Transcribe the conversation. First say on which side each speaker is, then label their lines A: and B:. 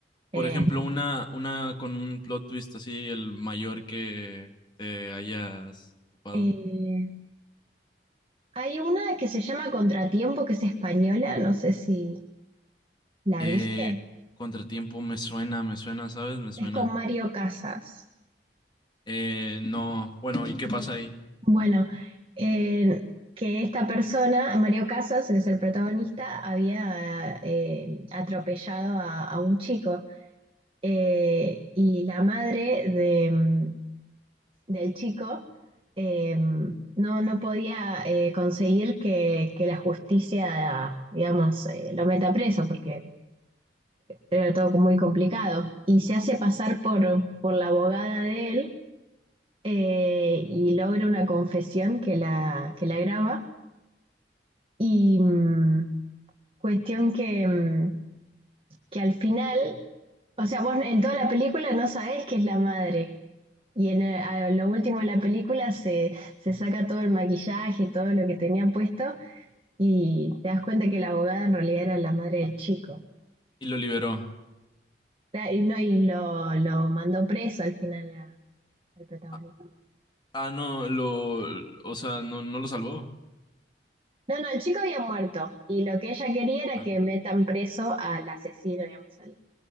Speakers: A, on the right; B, on the left.
A: Eh,
B: Por ejemplo, una, una con un plot twist así, el mayor que te hayas topado.
A: eh, hay una que se llama Contratiempo, que es española, no sé si la
B: Eh,
A: viste.
B: Contratiempo me suena, me suena, ¿sabes? Me suena.
A: Es con Mario Casas.
B: Eh, no, bueno, ¿y qué pasa ahí?
A: Bueno, eh, que esta persona, Mario Casas, que es el protagonista, había eh, atropellado a, a un chico Eh, y la madre de, mm, del chico eh, mm, no, no podía eh, conseguir que, que la justicia, digamos, eh, lo meta preso porque era todo muy complicado y se hace pasar por, por la abogada de él eh, y logra una confesión que la, que la graba Y mm, cuestión que, mm, que al final, o sea, vos en toda la película no sabés que es la madre. Y en el- a lo último de la película se, se saca todo el maquillaje y todo lo que tenía puesto y te das cuenta que la abogada en realidad era la madre del chico.
B: Y lo liberó.
A: La- Y, no, y lo, lo mandó preso al final la- al protagonista.
B: Ah, ah, no, lo, o sea, no, no lo salvó.
A: No, no, el chico había muerto y lo que ella quería era
B: Ah,
A: que metan preso al asesino, digamos, al...